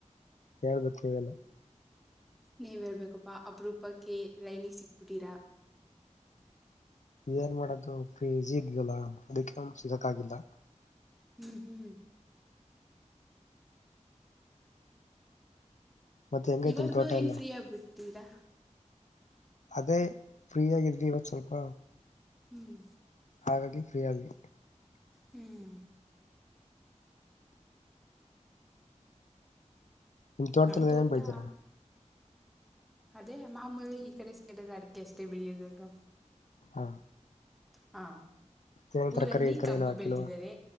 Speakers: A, on the left; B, in the centre.
A: ಹೇಳ್ಬೇಕು ನೀವೆಲ್ಲ. <unintelligible>
B: ನೀವೇಳ್ಬೇಕಪ್ಪಾ ಅಪರೂಪಕ್ಕೆ ಲೈನಿಗೆ ಸಿಕ್ಬಿಟ್ಟೀರಾ.
A: ಏನ್ ಮಾಡಕ್ಕೆ ಆಗುತ್ತೆ <unintelligible> ಅದಕ್ಕೆ ಸಿಗಕ್ಕಾಗಿಲ್ಲ.
B: ಹ್ಮ್ ಹ್ಮ್ <unintelligible>
A: ಮತ್ತೆ ಹೆಂಗೈತಿ
B: ಇವಾಗ್ಲು
A: ನಿಮ್ ತೋಟ
B: ಹೆಂಗ್
A: ಎಲ್ಲ
B: ಫ್ರೀ ಆಗ್ಬಿಟ್ <unintelligible>
A: ಅದೇ ಫ್ರೀ ಆಗಿದ್ವಿ ಇವತ್ <unintelligible> ಸ್ವಲ್ಪ
B: ಹ್ಮ್
A: ಹಾಗಾಗಿ ಫ್ರೀ ಆದ್ವಿ <unintelligible>
B: ಹ್ಮ್
A: ನಿಮ್ ತೋಟದಲ್
B: ನಮ್
A: ಏನ್
B: ತೋಟ
A: ಏನ್ ಬೆಳಿತೀರಾ
B: ಅದೇ ಮಾಮೂಲಿ ಈ ಕಡೆ ಸೇಡಲಿ <inaudible> ಅಡಿಕೆ ಅಷ್ಟೇ ಬೆಳಿಯೋದ ಅಲ್ವಾ.
A: ಹಾ
B: ಹಾ
A: ಏನೇನ್
B: ಊರಲ್ಲಿ
A: ತರಕಾರಿ ಗಿಕಾರಿ
B: ಕಬ್ಬು
A: ಏನು ಹಾಕಿಲ್ವಾ
B: ಬೆಳದಿದ್ದಾರೆ